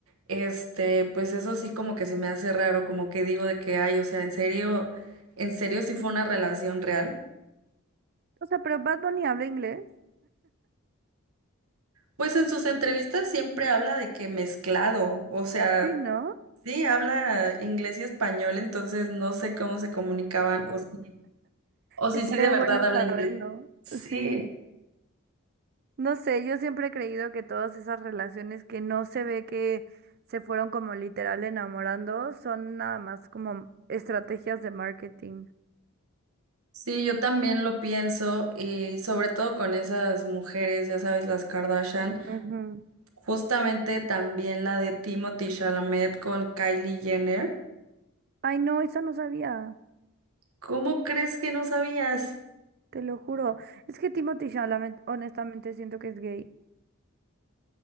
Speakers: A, on the right; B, on the right.
A: este, pues eso sí como que se me hace raro, como que digo de que, ay, o sea, en serio, en serio sí fue una relación real.
B: O sea, pero Bad Bunny habla inglés.
A: Pues en sus entrevistas siempre habla de que mezclado, o sea,
B: Sí, ¿no?
A: sí habla inglés y español, entonces no sé cómo se comunicaban o si, o si
B: Estaría
A: sí de verdad
B: bueno
A: habla
B: saberlo.
A: inglés. Sí.
B: Sí. No sé, yo siempre he creído que todas esas relaciones que no se ve que se fueron como literal enamorando son nada más como estrategias de marketing.
A: Sí, yo también lo pienso y sobre todo con esas mujeres, ya sabes, las Kardashian,
B: Ujú.
A: justamente también la de Timothy Chalamet con Kylie Jenner.
B: Ay, no, eso no sabía,
A: ¿Cómo crees que no sabías?
B: te lo juro. Es que Timothy Chalamet, honestamente, siento que es gay.